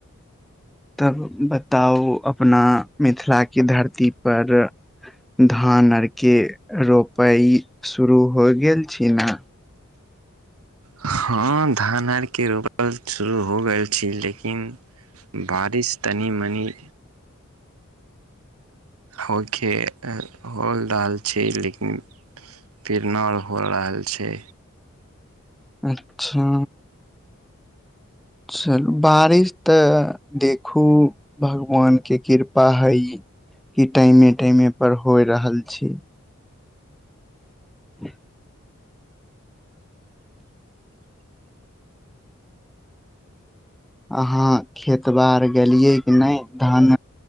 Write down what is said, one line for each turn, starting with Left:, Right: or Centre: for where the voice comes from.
Centre: तब बताउ अपना मिथिलाके धरतीपर धान अर के रोपई शुरू हो गेल छी ना?
Right: हँ धान आरके रोपल शुरू हो गेल छी लेकिन बारिश तनि मनि होय खे, हो रहल छै, लेकिन पीरनौर हो रहल छै।
Centre: अच्छा। चलू बारिश तऽ देखू भगवान के कृपा हई कि टाइमे टाइमे पर होय रहल छै। <unintelligible> अहाँ खेत बार गेलियै कि नहि धान